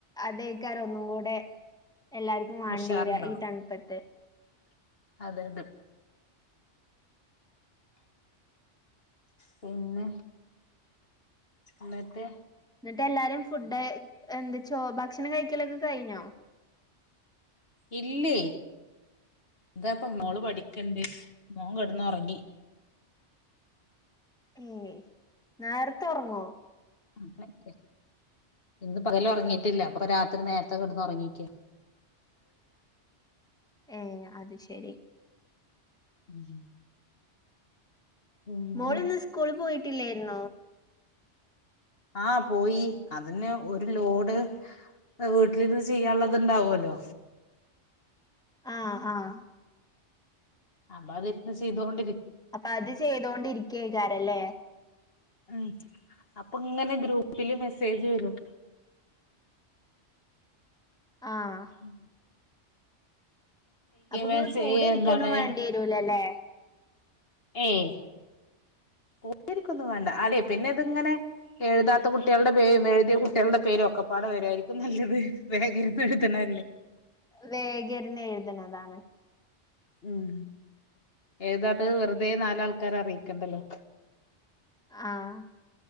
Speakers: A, in the centre; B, on the left (about 55°).
A: അതെയ്ക്കാരം ഒന്നും കൂടെ എല്ലാർക്കും വാണ്ടിയെരാ
B: ഉഷാറുണ്ടാവും
A: ഈ തൺപ്പത്ത്
B: അതെ അത് പിന്നെ ഇന്നട്ട്
A: ഇന്നട്ട് എല്ലാരും ഫുഡ് എന്ത് ചോ ഭക്ഷണം കഴിക്കലൊക്കെ കഴിഞ്ഞോ
B: ഇല്ലേ ഇതാ ഇപ്പൊ മോള് പഠിക്ക്ണ്ട് മോൻ കെടന്ന് ഒറങ്ങി
A: ഏഹ് നേർത്തെ ഒർങ്ങോ
B: <inaudible> ഇന്ന് പകല് ഒർങ്ങീറ്റില്ല അപ്പ രാത്രി നേരത്തെ കെടന്ന് ഒറങ്ങീക്കാ
A: ഏഹ് അത് ശെരി
B: <inaudible> പിന്നെ
A: മോള്ന്ന് സ്കൂള് പോയിട്ടില്ലെയിരുന്നോ?
B: ആഹ് പോയി അതന്നെ ഒരു ലോഡ് വീട്ട്ലിര്ന്ന് ചെയ്യാൻള്ളത്ണ്ടാവു അല്ലോ
A: ആഹ് ആഹ്
B: അപ്പ അതിര്ന്ന് ചെയ്തോണ്ടിരി
A: അപ്പ അത് ചെയ്തോണ്ടിരിക്കയ്ക്കാരല്ലേ?
B: ഉം അപ്പ ഇങ്ങനെ ഗ്രൂപ്പില് മെസ്സേജ് വെരും
A: ആഹ്
B: ഉം
A: അപ്പ ഇങ്ങള്
B: മെസ്സേജ്
A: കൂടെ ഇരിക്കൊന്നും
B: എന്താണ്
A: വേണ്ടി വരൂലലെ.
B: ഏയ് കൂട്ടിരിക്കൊന്നും വേണ്ട അലെയ് പിന്നെ ഇത്ങ്ങനെ എഴുതാത്ത കുട്ടികളുടെ പേരും എഴുതിയ കുട്ടികളുടെ പേരും ഒക്കെപ്പാടെ വരായിരിക്കും നല്ലത് വേഗന്ന് എഴുതണാ
A: വേഗരിന്ന് എഴുതന്നതാണ്
B: ഉം ഏതാത് വെറുതെ നാലാൾക്കാരെ അറിയിക്കണ്ടല്ലോ
A: ആഹ്